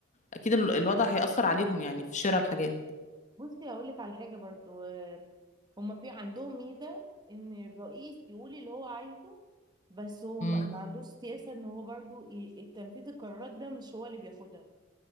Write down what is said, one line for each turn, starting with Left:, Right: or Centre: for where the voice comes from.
Left: اكيد ال- الوضع هيأثر عليهم يعني في شراء الحاجات
Right: بصي هقول لك على حاجة برضو آه، هما في عندهم ميزة ان الرئيس يقول اللي هو عايزه بس هو ما
Left: مم.
Right: ما عندوش سياسة ان هو برضو ي- تنفيذ القرارات ده مش هو اللي بياخدها